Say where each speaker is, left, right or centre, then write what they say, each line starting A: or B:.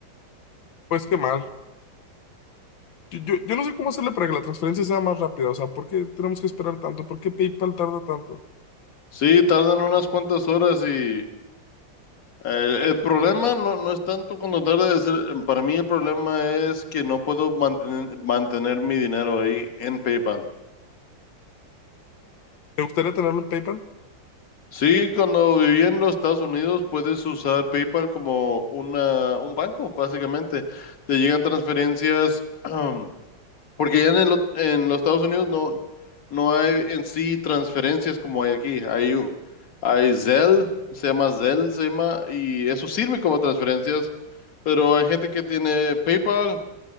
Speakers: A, on the left; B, on the left.
A: Pues qué mal. Yo, yo, yo no sé cómo hacerle para que la transferencia sea más rápida. O sea, ¿por qué tenemos que esperar tanto? ¿Por qué PayPal tarda tanto?
B: Sí, tardan unas cuantas horas y eh, el, problema no, no es tanto cuando tarda, es el- para mí el problema es que no puedo mantener, mantener mi dinero ahí en PayPal.
A: ¿Te gustaría tenerlo en PayPal?
B: Sí, cuando viví en los Estados Unidos puedes usar PayPal como una, un banco, básicamente. Te llegan transferencias <clears throat> Porque ya en el ot- en los Estados Unidos no, no hay en sí transferencias como hay aquí. Hay, u- hay Zelle, se llama Zelle, se llama, y eso sirve como transferencias. Pero hay gente que tiene PayPal